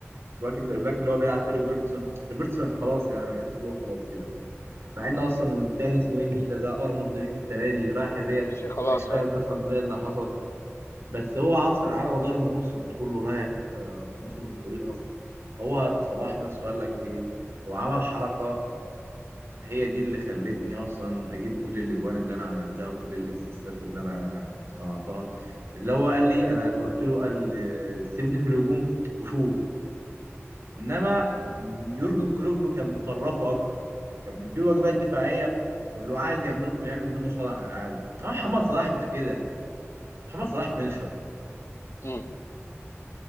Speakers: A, on the right; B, on the left.
A: الباك الباك اللي هو بيلعب فيه روبرتسون روبرتسون خلاص يعني أنا بحس اللي هو خلاص كده مع ان
B: آه.
A: اصلا والتاني اسمه ايه النيله ده ارنولد مشي السنه دي رايح الريال
B: مشي خلاص
A: انا مش فاهم
B: اه
A: قسما بالله اللي حصل بس هو اصلا على مدار الموسم كله رايح آه، الموسم الطويل اصلا هو صلاح
B: مم.
A: نفسه قال لك ايه هو عمل حركه هي دي اللي خلتني اصلا اجيب كل الاجوان اللي انا عملتها وكل الاسيستات اللي انا صنعتها اللي هو قال لي انا قلت له قال آه، سيبني في الهجوم وشوف انما يورجن كلوب كان مطرفه اكتر كان مديله واجبات دفاعيه واللي هو عايز يعمل يعمل منه صانع العاب اه محمد صلاح مش كده محمد صلاح فينشر
B: مم.